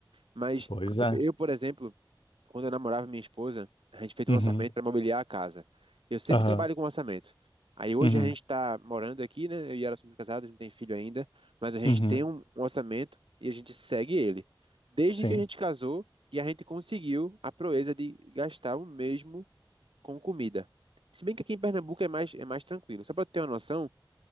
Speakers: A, on the right; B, on the left.
A: Mas
B: Pois é.
A: eu, eu, por exemplo, quando eu namorava minha esposa, a gente fez um
B: Uhum.
A: orçamento para mobiliar a casa. Eu sempre
B: Aham.
A: trabalho com orçamento. Aí hoje
B: Uhum.
A: a gente está morando aqui, né? Eu e ela somos casados, não tem filho ainda, mas a gente
B: Uhum.
A: tem um, um orçamento e a gente segue ele. Desde
B: Sim.
A: que a gente casou e a gente conseguiu a proeza de gastar o mesmo com comida. Se bem que aqui em Pernambuco é mais, é mais tranquilo. Só para ter uma noção,